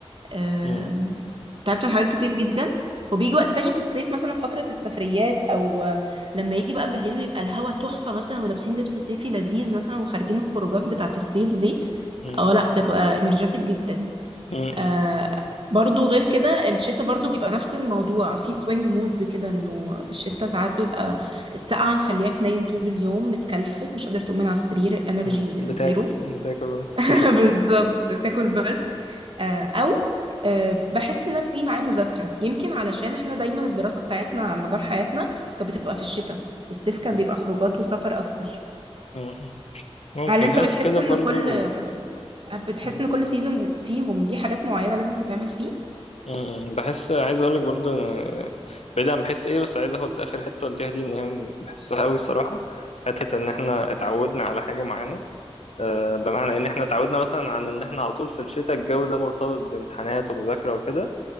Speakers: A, on the right (about 55°); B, on the left (about 85°).
A: آم،
B: مم.
A: تعبت من حاجات كتير جدا وبيجي وقت تاني في الصيف مثلا فترة السفريات أو لما يجي بقى بالليل ويبقى الهوا تحفة مثلا ولابسين لبس صيفي لذيذ مثلا وخارجين الخروجات بتاعة الصيف دي
B: مم.
A: اه لا ببقى انرجيتك جدا
B: مم.
A: آه برضو غير كده الشتاء برضو بيبقى نفس الموضوع في سوينج مودز كده انه الشتاء ساعات بيبقى السقعة مخلياك نايم طول اليوم متكلفت مش قادر تقوم من على السرير انرجي
B: مم. بتاكل
A: زيرو
B: بتاكل بس
A: <laughs>
B: <laughs>
A: بالظبط تاكل بس آه، او آه، بحس انها بتيجي معايا مذاكره يمكن علشان احنا دايما الدراسه بتاعتنا على مدار حياتنا كانت بتبقى في الشتاء الصيف كان
B: مم.
A: بيبقى خروجات وسفر اكتر
B: مم. ممكن
A: هل انت
B: حاسس
A: بتحس
B: كده
A: ان
B: برضو
A: كل بتحس
B: مم.
A: ان كل سيزون فيهم ليه حاجات معينه لازم تتعمل فيه
B: مم. بحس عايز أقولك برضو إن- بعيد عن بحس إيه بس عايز أخد آخر حتة قلتيها دي إن هي بحسها أوي الصراحة حتة إن إحنا اتعودنا على حاجة معينة آه، بمعنى ان احنا اتعودنا مثلا عن ان احنا على طول في الشتاء الجو ده مرتبط بامتحانات ومذاكرة وكده